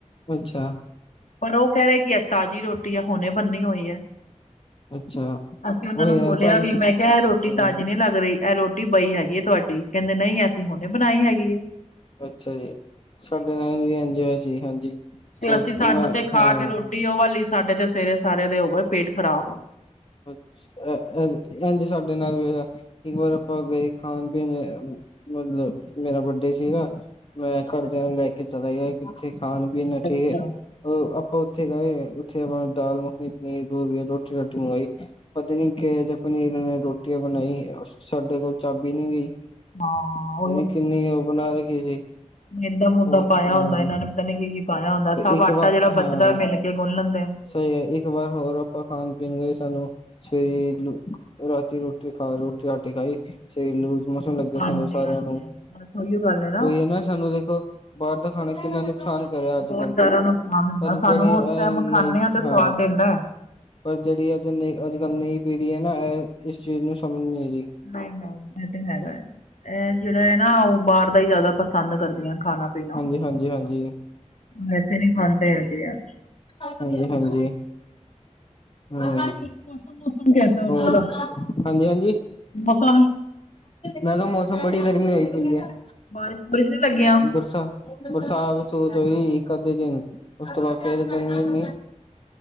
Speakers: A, on the left; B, on the left.
A: ਅੱਛਾ।
B: ਪਰ ਉਹ ਕਹਿ ਰਹੇ ਕਿ ਐ ਤਾਜ਼ੀ ਰੋਟੀ ਆ ਹੁਣੇ ਬੰਨੀ ਹੋਈ ਏ।
A: ਅੱਛਾ
B: ਅਸੀਂ ਉਹਨਾ
A: ਉਹੀ
B: ਨੂੰ
A: ਹੈ
B: ਬੋਲਿਆ
A: ਤੁਹਾਨੂੰ
B: ਵੀ ਮੈਂ ਕਿਹਾ ਐ ਰੋਟੀ
A: ਹਾਂਜੀ
B: ਤਾਜ਼ੀ ਨਹੀ ਲੱਗ ਰਹੀ ਐ ਰੋਟੀ ਰੋਟੀ ਬਈ ਹੈਗੀ ਏ ਤੁਆਡੀ, ਕੈਂਦੇ ਨਈ ਅਸੀ ਹੁਣੇ ਬਨਾਈ ਹੈਗੀ ਏ।
A: ਅੱਛਾ ਜੀ, ਸਾਡੇ ਨਾਲ ਵੀ ਐਂਜੀ ਹੋਯਾ ਸੀ ਹਾਂਜੀ।
B: ਤੇ
A: ਛੋਟਾ
B: ਅਸੀਂ ਸਾਨੂੰ ਤੇ ਖਾ
A: ਹਾਂ
B: ਕੇ ਰੋਟੀ ੳਹ ਵਾਲੀ, ਸਾਡੇ ਤੇ ਸਵੇਰੇ ਸਾਰੇਆਂ ਦੇ ਹੋ ਗਏ ਪੇਟ ਖਰਾਬ।
A: ਅੱਛਾ, ਐ ਐ ਐਂਜ ਸਾਡੇ ਨਾਲ ਵੀ ਹੋਯਾ ਇੱਕ ਵਾਰ ਆਪਾਂ ਗਏ ਖਾਣ-ਪੀਣ ਮਤਲਬ ਮੇਰਾ ਬਡੇ ਸੀਗਾ ਮੈਂ ਘਰਦੇਆਂ ਨੂੰ ਲੈ ਕੇ ਚਲਾ ਗਿਆ ਕਿੱਥੇ ਖਾਣ-ਪੀਣ, ਠੀਕ
B: ਅੱਛਾ।
A: ਏ। ਅ ਆਪਾਂ ੳਥੇ ਗਏ, ੳਥੇ ਆਪਾਂ ਦਾਲ ਮੱਖਣੀ, ਪਨੀਰ ਪਨੂਰ, ਰੋਟੀ ਰਾਟੀ ਮੰਗਾਈ। ਪਤਾ ਨੀ, ਕਿਹਾ ਜਾ ਪਨੀਰ ਏ, ਰੋਟੀਆਂ ਬਨਾਈ, ਸਾਡੇ ਕੋਲ ਚੱਬੀ ਨਈ ਗਈ।
B: ਹਾਂ
A: ਪਤਾ ਨੀ, ਕਿੰਨੀ ੳਹ ਬਨਾ ਰੱਖੀ ਸੀ।
B: ਮੇਦਾ ਮੂਦਾ
A: ਉਹ
B: ਪਾਇਆ
A: ਹਾਂ
B: ਹੁੰਦਾ ਏਨਾ ਨੇ ਪਤਾ ਨੀ ਕੀ ਕੀ ਪਾਇਆ ਹੁੰਦਾ। ਸਭ
A: ਇੱਕ
B: ਆਟਾ
A: ਵਾਰ
B: ਜੇੜਾ
A: ਹਾਂ
B: ਬਚਦਾ ਮਿਲ ਕੇ ਗੁਨ ਲੈਂਦੇ ਆ।
A: ਸਹੀ ਐ। ਇੱਕ ਵਾਰ ਹੋਰ ਆਪਾਂ ਖਾਣ-ਪੀਣ ਗਏ, ਸਾਨੂੰ ਅੱਛਾ ਜੀ। ਰਾਤੀ ਰੋਟੀ ਖਾ ਰੋਟੀ ਰਾਟੀ ਖਾਈ, ਸਵੇਰੇ ਲੂਜ ਮੋਸ਼ਨ ਲਗ ਗਏ
B: ਹਾਂਜੀ
A: ਸਾਨੂੰ ਸਾਰੇਆਂ
B: ਹਾਂਜੀ।
A: ਨੂੰ।
B: ਬਸ ਉਹੀਓ ਗੱਲ ਹੈ
A: ੳਈ ਐ ਨਾ ਸਾਨੂੰ ਦੇਖੋ ਬਾਹਰ ਦਾ ਖਾਨਾ ਕਿੰਨਾ ਨੁਕ ਨੁਕਸਾਨ ਕਰੇ ਅੱਜ
B: ਬਹੁਤ
A: ਕਲ,
B: ਜ਼ਿਆਦਾ ਨੁਕਸਾਨ ਹੁੰਦਾ
A: ਪਰ
B: ਸਾਨੂੰ
A: ਜੇੜੀ ਏ
B: ਉਸ ਟਾਈਮ
A: ਨਈ
B: ਖਾਂਦੇ ਤੇ
A: ਹਾਂ।
B: ਸਵਾਦ ਦਿੰਦਾ
A: ਬਸ ਜੇੜੀ ਏ ਜਿਨੀ ਅੱਜ-ਕਲ ਨਈ ਪੀਢੀ਼ ਹੈ ਨਾ ਐ ਏਸ ਚੀਜ ਨੂੰ ਸਮਝ ਨਈ ਰੀ।
B: ਨਈ-ਨਈ, ਐ ਤੈ ਹੈਗਾ ਏ। ਐ ਜੇੜਾ ਏ ਨਾ, ੳਹ ਬਾਹਰ ਦਾ ਈ ਜਾਦਾ ਪਸੰਦ ਕਰਦੀਆਂ ਖਾਨਾ-ਪੀਨਾ।
A: ਹਾਂਜੀ, ਹਾਂਜੀ, ਹਾਂਜੀ।
B: ਵੈਸੇ ਨਈ ਖਾਂਦੇ ਹੈਗੇ ਐ।
A: ਹਾਂਜੀ-ਹਾਂਜੀ। ਹਾਂ
B: ਮੌਸਮ ਮੌਸਮ ਕੈਸਾ ਉਧਰ
A: ਹੋਰ
B: ਦਾ?
A: ਹਾਂਜੀ-ਹਾਂਜੀ
B: ਮੌਸਮ
A: ਮੈਂ ਕੇਆ, ਮੌਸਮ ਬੜੀ ਗਰਮੀ ਹੋਈ ਪਈ ਐ। ਹਾ
B: ਬਾਰਿਸ਼ ਬੁਰਿਸ਼ ਨੀ ਲੱਗੀਆਂ?
A: ਬਰਸਾ ਬਰਸਾਤ ਬਰਸੂਤ ਹੋਈ ਇੱਕ ਅੱਧੇ ਦਿਨ, ੳਸ ਤੋਂ ਬਾਦ ਫੇਰ ਗਰਮੀ ਇੰਨੀ